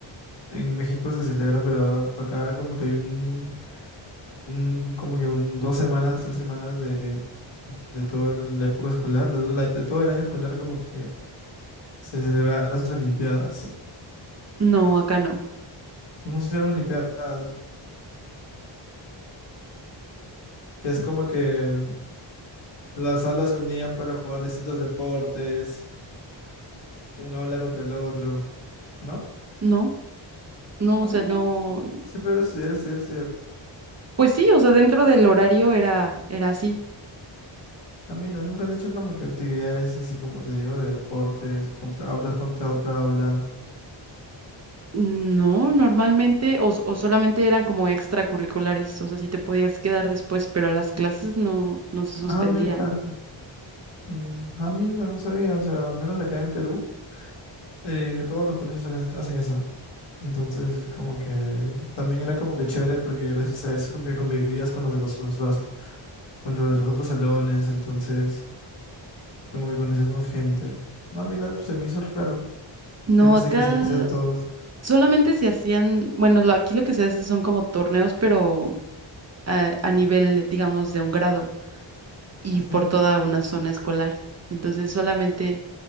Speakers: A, on the left (about 60°); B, on the right (about 35°).
A: En México se celebra, pero acá como que hay un, un como que un dos semanas, tres semanas de, de toda la época escolar, de todo el, a- de todo el año escolar como que se celebran las Olimpiadas.
B: No, acá no.
A: No se llaman Olimpiadas, que es como que las aulas se unían para jugar distintos deportes, un aula contra el otro, ¿no?
B: No, no,
A: A
B: o
A: mí
B: sea, no,
A: no, siempre era estudiar, estudiar, estudiar.
B: pues sí, o sea, dentro del horario era, era así.
A: A mí no, nunca han hecho como que actividades así como te digo, de deportes, contra aulas contra otra aula.
B: No, normalmente, o, s- o solamente eran como extracurriculares, o sea, sí te podías quedar después, pero las clases no, no se suspendían.
A: Ah, mira. Mm, Ah, mira, yo no sabía, o sea, al menos acá en Perú, eh, que todos los colegios hacen hacen eso. Entonces es como que también era como que chévere porque gracias a eso como que convivías con los de los otros, con los de los otros salones, entonces como que conocías más gente. Ah, mira, se me hizo raro.
B: No,
A: Yo pensé
B: acá
A: que se hacían todos
B: solamente se hacían, bueno, lo- aquí lo que se hacen son como torneos, pero a, a nivel, digamos, de un grado y
A: ujú,
B: por toda una zona escolar. Entonces solamente,